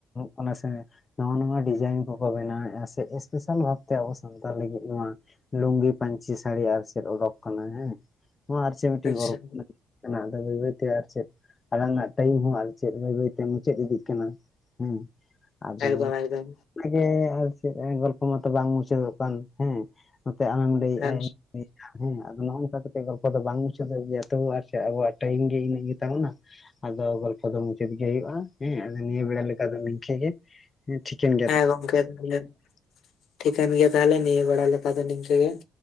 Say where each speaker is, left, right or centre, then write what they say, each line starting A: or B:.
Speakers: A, on the left; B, on the left.
A: ᱚᱱᱟ ᱥᱮ ᱱᱟᱣᱟ ᱱᱟᱣᱟ ᱰᱤᱡᱟᱭᱤᱱ ᱠᱚᱠᱚ ᱵᱮᱱᱟᱣᱮᱫᱼᱟ ᱥᱮ ᱮᱥᱯᱮᱥᱟᱞ ᱵᱷᱟᱵ ᱛᱮ ᱟᱵᱚ ᱥᱟᱱᱛᱟᱲ ᱞᱟᱹᱜᱤᱫ ᱱᱚᱣᱟ ᱞᱩᱝᱜᱤ ᱯᱟᱹᱧᱪᱤ ᱥᱟᱹᱲᱤ ᱟᱨ ᱪᱮᱫ ᱚᱰᱚᱠ ᱠᱟᱱᱟ ᱦᱮᱸ ᱱᱚᱣᱟ ᱟᱨ ᱪᱮᱫ ᱢᱤᱫᱴᱤᱡ
B: ᱟᱪᱪᱷᱟ
A: ᱜᱚᱨᱚᱵ ᱠᱟᱱᱟ ᱪᱮᱫ ᱠᱟᱱᱟ ᱟᱫᱚ ᱵᱟᱹᱭ ᱵᱟᱹᱭ ᱛᱮ ᱟᱨ ᱪᱮᱫ ᱟᱞᱟᱝᱟᱜ ᱴᱟᱭᱤᱢ ᱦᱚᱸ ᱟᱨ ᱪᱮᱫ ᱵᱟᱹᱭ ᱵᱟᱹᱭ ᱛᱮ ᱢᱩᱪᱟᱹᱫ ᱤᱫᱤᱜ ᱠᱟᱱᱟ ᱾ ᱦᱮᱸ, ᱟᱫᱚ
B: ᱮᱠᱫᱚᱢ ᱮᱠᱫᱚᱢ
A: ᱚᱱᱟᱜᱮ ᱟᱨ ᱪᱮᱫ ᱜᱚᱞᱯᱚ ᱢᱟᱛᱚ ᱵᱟᱝ ᱢᱩᱪᱟᱹᱫᱚᱜ ᱠᱟᱱ ᱦᱮᱸ ᱱᱚᱛᱮ ᱟᱢᱮᱢ ᱞᱟᱹᱭᱮᱜᱼᱟ
B: ᱦᱮᱸ
A: ᱦᱮᱸ ᱟᱫᱚ ᱱᱚᱜᱼᱚᱝᱠᱟ ᱠᱟᱛᱮᱜ ᱜᱚᱞᱯᱚ ᱫᱚ ᱵᱟᱝ ᱢᱩᱪᱟᱹᱫ ᱜᱮᱭᱟ, ᱛᱚᱵᱩ ᱟᱨ ᱪᱮᱫ ᱟᱵᱚᱣᱟᱜ ᱴᱟᱭᱤᱢ ᱜᱮ ᱤᱱᱟᱹᱜ ᱜᱮ ᱛᱟᱵᱚᱱᱟ ᱾ ᱟᱫᱚ ᱜᱚᱞᱯᱚ ᱫᱚ ᱢᱩᱪᱟᱹᱫ ᱜᱮ ᱦᱩᱭᱩᱜᱼᱟ ᱾ ᱦᱮᱸ, ᱟᱫᱚ ᱱᱤᱭᱟᱹ ᱵᱮᱲᱟ ᱞᱮᱠᱟ ᱫᱚ ᱱᱤᱝᱠᱟᱹ ᱜᱮ ᱾ ᱦᱮᱸ ᱴᱷᱤᱠᱟᱹᱱ
B: ᱦᱮᱸ ᱜᱚᱝᱠᱮ ᱛᱟᱦᱚᱞᱮ ᱴᱷᱤᱠᱟᱹᱱ ᱜᱮᱭᱟ ᱛᱟᱦᱚᱞᱮ ᱱᱤᱭᱟᱹ ᱵᱮᱲᱟ ᱞᱮᱠᱟ ᱫᱚ ᱱᱤᱝᱠᱟᱹ ᱜᱮ ᱾